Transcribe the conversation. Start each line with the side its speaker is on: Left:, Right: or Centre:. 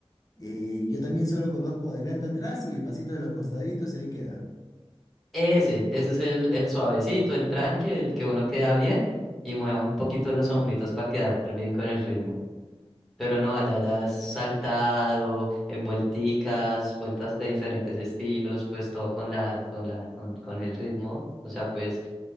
Left: eh, yo también solo conozco adelante atrás y el pasito de los costaditos y ahí queda.
Centre: Ese, ese es el, el suavecito, el tranqui, el que uno queda bien y mueva un poquito los hombritos para quedar bien con el ritmo. Pero no, allá ya es saltado, eh, vuelticas, vueltas de diferentes estilos, pues todo con la, con la, con, con el ritmo. O sea, pues,